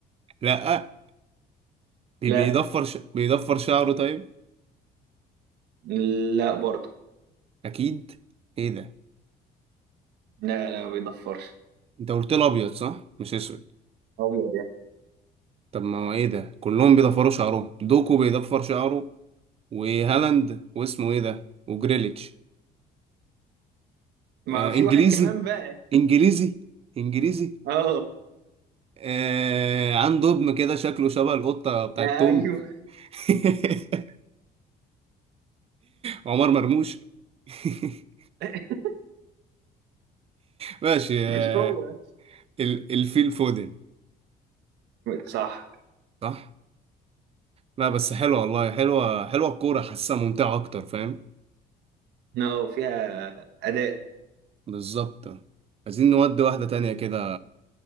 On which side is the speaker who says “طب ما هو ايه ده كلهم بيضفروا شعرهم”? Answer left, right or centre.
Right